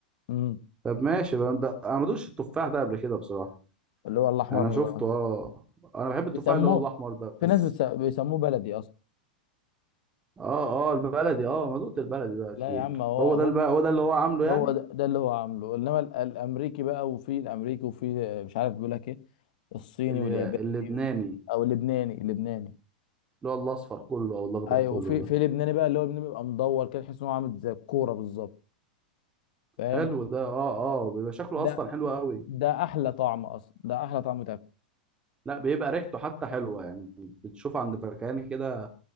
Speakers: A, on the left; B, on the right.
A: امم
B: طب ماشي بقى ده انا ما دوقتش التفاح ده قبل كده بصراحه
A: اللي هو الاحمر
B: انا شفته اه انا بحب التفاح
A: بيسموه
B: اللي هو الاحمر ده
A: في
B: بس
A: ناس بتس- بيسموه بلدي اصلا
B: اه اه البلدي اه ما دوقت البلدي ده كتير
A: لا يا عم هو
B: هو
A: هو
B: ده بقى هو ده اللي هو عامله
A: هو
B: يعني
A: ده, ده اللي هو عامله انما ال- الامريكي بقى وفي الامريكي وفي مش عارف بيقول لك ايه الصيني
B: اللي
A: والياباني
B: اللبناني
A: و... او اللبناني اللبناني
B: اللي هو الاصفر كله او الاخضر
A: ايوه
B: كله
A: وفي
B: ده
A: في لبناني بقى اللي هو اللبناني بيبقى مدور كده تحس ان هو عامل زي الكوره بالظبط فاهم
B: حلو ده اه اه بيبقى شكله
A: ده
B: اصلا حلو قوي
A: ده احلى طعم اصلا ده احلى طعم تاكل
B: لا بيبقى ريحته حتى حلوه يعني بتشوفه عند فكهاني كده